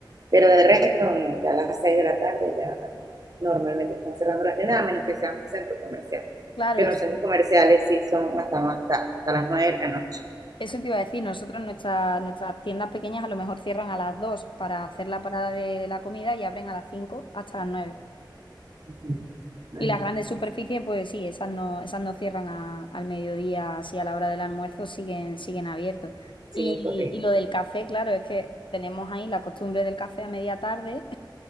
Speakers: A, on the right; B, on the left.
A: Pero de resto, no, ya a las 6 de la tarde ya normalmente están cerrando las tiendas, a menos que sea un centro comercial.
B: claro,
A: Que
B: es.
A: en los centros comerciales sí son hasta más tarde, hasta las nueve de la noche.
B: Eso te iba a decir, nosotros nuestra- nuestras tiendas pequeñas a lo mejor cierran a las 2 para hacer la parada de la comida y abren a las 5 hasta las nueve
A: Uh-huh. Imagínate,
B: Y las grandes
A: sí,
B: superficies, pues sí, esas no, esas no cierran a- al mediodía, así a la hora del almuerzo siguen, siguen abiertos.
A: siguen
B: Y,
A: corriendo.
B: y lo del café, claro, es que tenemos ahí la costumbre del café a media tarde